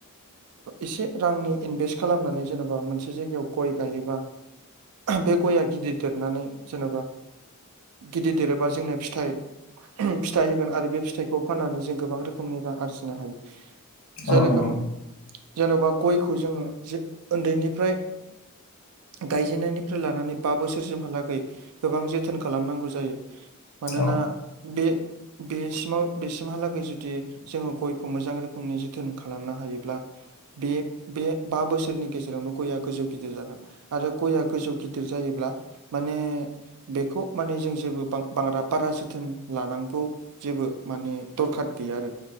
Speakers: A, on the right (about 75°); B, on the left (about 75°).
A: एसे रांनि इनभेस्ट खालामनानै जेनेबा मोनसे जायगायाव गय गायोबा। बे गया गिदिर देरनानै जेनेबा। गिदिर देरोबा जोंनो फिथाइ फिथाइ होगोन आरो बे फिथाइखौ फाननानै जों गोबां रोखोमनि रां आरजिनो हायो जेरोखोम
B: औ नोंथां
A: जेन'बा गयखौ जोङो जे उन्दैनिफ्राय। गायजेननायनिफ्राय लानानै बा बोसोरसिमहालागै गोबां जोथोन खालाम खालामनांगौ जायो मानोना
B: औ
A: बे बेसिमाव बेसिमहालागै जुदि। जोङो गयखौ मोजां रोखोमनि जोथोन खालामनो हायोब्ला। बे बे बा बोसोरनि गेजेरावनो गयआ गोजौ गिदिर जागोन। आरो गयआ गोजौ गिदिर जायोब्ला माने बेखौ। माने जों जेबो बांङ बांरा पारा जोथोन लानांगौ। जेबो माने दरखार गैया आरो